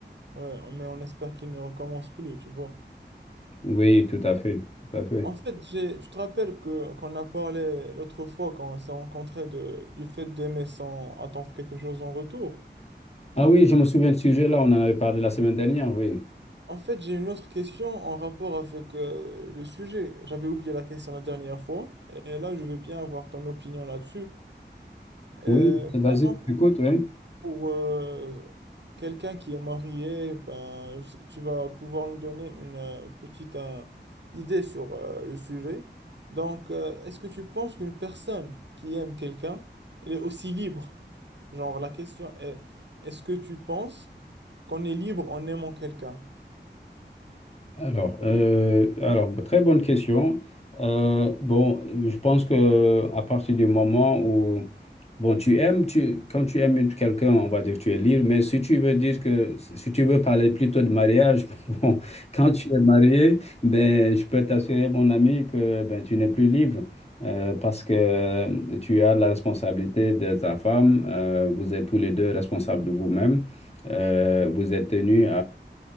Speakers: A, on the right (about 70°); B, on the left (about 35°).
A: ouais, mais on espère qu'il ne recommence plus, tu vois.
B: Oui, tout à fait, tout à fait.
A: En fait, j'ai, tu te rappelles que qu'on a parlé l'autre fois quand on s'est rencontrés de, du fait d'aimer sans attendre quelque chose en retour.
B: Ah oui, je me souviens de ce sujet-là, on en avait parlé la semaine dernière, oui.
A: En fait, j'ai une autre question en rapport avec euh, le sujet. J'avais oublié la question la dernière fois et là, je veux bien avoir ton opinion là-dessus. Euh,
B: Oui, vas-y,
A: par exemple,
B: écoute, oui.
A: Pour euh, quelqu'un qui est marié, ben, je- tu vas pouvoir nous donner une euh, petite euh, idée sur euh, le sujet. Donc, euh, est-ce que tu penses qu'une personne qui aime quelqu'un, elle est aussi libre? Genre, la question est, est-ce que tu penses qu'on est libre en aimant quelqu'un?
B: Alors, euh, alors, très bonne question. Euh, bon, je pense que à partir du moment où, bon, tu aimes, tu, quand tu aimes une- quelqu'un, on va dire que tu es libre, mais si tu veux dire que, si si tu veux parler plutôt de mariage, <laughs> bon, quand tu es marié, ben, je peux t'assurer, mon ami, que ben, tu n'es plus libre. euh, parce que euh, tu as la responsabilité de ta femme, euh, vous êtes tous les deux responsables de vous-même, euh, vous êtes tenus